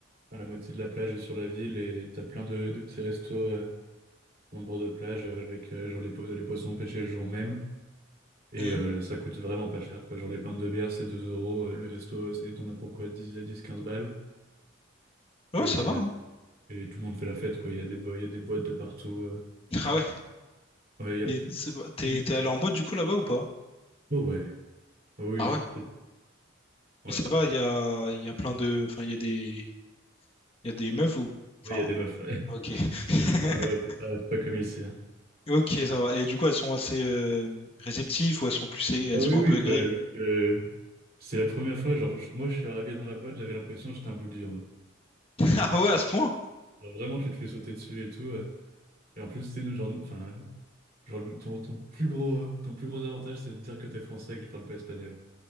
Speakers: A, on the right; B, on the left.
A: Enfin, la moitié de la plage est sur la ville et t'as plein de, de petits restos euh, en bord de plage euh, avec euh, genre les, po- les poissons pêchés le jour même. Et
B: Mhm.
A: euh, ça coûte vraiment pas cher, quoi. Genre les pintes de bière, c'est 2 euros. euh, Le resto, c'est t'en as pourquoi 10, 10 15 balles.
B: Ouais,
A: Et
B: ça va, hein.
A: Et tout le monde fait la fête, quoi. Il y a des, bo- il y a des boîtes de partout. euh.
B: <laughs> Ah ouais.
A: Ouais, il y a...
B: Et c'est- t'es,
A: il y a-
B: t'es allé en boîte du coup là-bas ou pas?
A: Oh ouais. oh oui,
B: Ah ouais.
A: peut-être. Ouais.
B: Et ça va, il y a, il y a plein de. Enfin, il y a des. Il y a des meufs ou. Enfin,
A: Ouais, il y a des meufs. ouais. <laughs>
B: ok. <laughs>
A: Ah ouais, c'est pas, c'est pas comme ici. hein.
B: Ok, ça va. Et du coup, elles sont assez euh, réceptives ou elles sont plus, elles
A: Ah oui,
B: sont
A: oui,
B: un peu aigries?
A: bah, mec,
B: <laughs>
A: euh, c'est la première fois, genre, je- moi je suis arrivé dans la boîte, j'avais l'impression que j'étais un bout de viande.
B: Ah ouais, à ce point?
A: Genre, vraiment, tu te fais sauter dessus et tout. euh. Et en plus, c'est nous, genre, enfin, genre, ton, ton plus gros, euh, ton plus gros avantage, c'est de dire que t'es français et que tu parles pas espagnol.